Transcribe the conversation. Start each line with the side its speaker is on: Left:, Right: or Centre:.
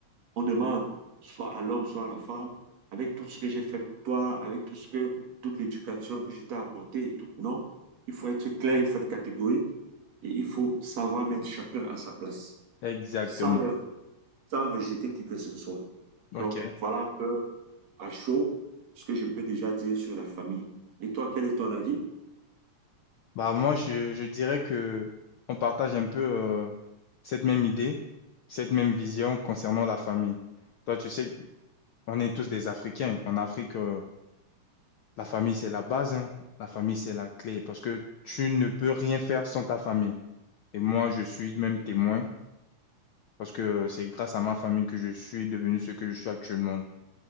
Right: on demande soit à l'homme, soit à la femme, avec tout ce que j'ai fait pour toi, avec tout ce que, toute l'éducation que je t'ai apportée et tout. Non, il faut être clair, il faut être catégorique. Et il faut savoir mettre chacun à sa place,
Left: Exactement.
Right: sans, le- sans rejeter qui que ce soit.
Left: Ok.
Right: Donc, voilà un peu à chaud ce que je peux déjà dire sur la famille. Et toi, quel est ton avis?
Left: Bah moi je, je dirais que on partage un peu euh, cette même idée, cette même vision concernant la famille. Toi tu sais, on est tous des Africains. En Afrique, euh, la famille c'est la base, hein. La famille c'est la clé parce que tu ne peux rien faire sans ta famille. Et moi je suis même témoin parce que c'est grâce à ma famille que je suis devenu ce que je suis actuellement. là.